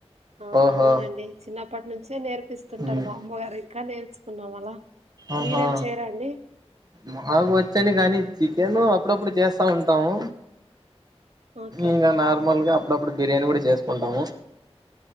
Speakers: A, on the right; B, on the right.
A: ఆ
B: ఓహో
A: అవునండి చిన్నప్పటి నుంచే నేర్పిస్తుంటారు
B: ఉమ్.
A: మా అమ్మగారి కా నేర్చుకున్నాం అలా
B: అహా
A: మీరేం చేయరాండి
B: మకు వచ్చేని కానీ చికెన్నూ అప్పుడప్పుడు చేస్తూ ఉంటాము
A: ఓకే
B: ఇంకా నార్మల్గా అ ఇప్పుడు బిర్యానీ కూడా చేసుకుంటాము